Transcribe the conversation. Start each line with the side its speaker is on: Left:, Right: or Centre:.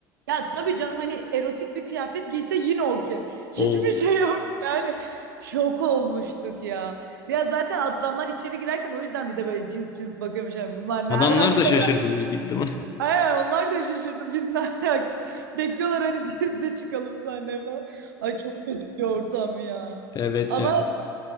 Right: ya tabii canım hani erotik bir kıyafet giyse yine okey.
Left: Oo.
Right: Hiçbir şey yok yani. Şok olmuştuk ya. Ya zaten adamlar içeri girerken o yüzden bize böyle cins cins bakıyormuş. Yani bunlar
Left: Adamlar
Right: ne alaka
Left: da şaşırdı büyük ihtimal. <laughs>
Right: Aynen onlar da şaşırdı. Biz ne alaka? Bekliyorlar hadi biz de çıkalım sahneye falan. Ay çok kötü bir ortam ya.
Left: Evet
Right: Ama
Left: ya.